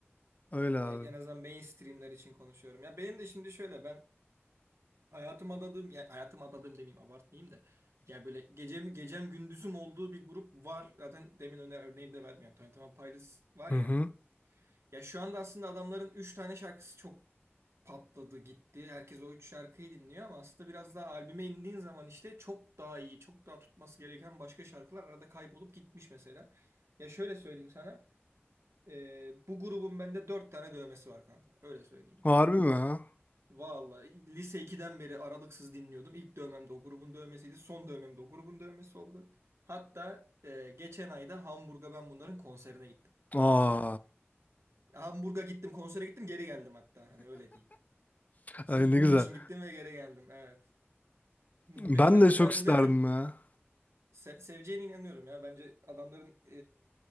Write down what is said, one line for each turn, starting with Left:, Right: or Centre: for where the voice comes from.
Left: Öyle abi.
Right: Ge- En azından mainstreamler için konuşuyorum. Ya benim de şimdi şöyle ben hayatım adadığım, yani hayatım adadığım demeyeyim abartmayayım da. Yani böyle gecem, gecem gündüzüm olduğu bir grup var. Zaten demin öne örneğini de verdim. Yani Twenty One Pilots var
Left: Hı
Right: ya.
Left: hı.
Right: Ya şu anda aslında adamların 3 tane şarkısı çok patladı gitti. Herkes o 3 şarkıyı dinliyor ama aslında biraz daha albüme indiğin zaman işte çok daha iyi, çok daha tutması gereken başka şarkılar arada kaybolup gitmiş mesela. Ya şöyle söyleyeyim sana. Ee, bu grubun bende dört tane dövmesi var kanka. Öyle söyleyeyim
Left: Harbi
Right: yani.
Left: mi ha?
Right: Vallahi lise ikiden beri aralıksız dinliyordum. İlk dövmem de o grubun dövmesiydi. Son dövmem de o grubun dövmesi oldu. Hatta e, geçen ayda Hamburg'a ben bunların konserine gittim. Öyle
Left: Aa,
Right: söyleyeyim. Hamburg'a gittim, konsere gittim, geri geldim hatta. Hani öyle diyeyim. Sırf
Left: ay ne
Right: bunun
Left: güzel.
Right: için gittim ve geri geldim. Evet. Muhteşemdi.
Left: Ben de çok
Right: Ben öneririm.
Left: isterdim ya.
Right: Se- seveceğine inanıyorum ya. Bence adamların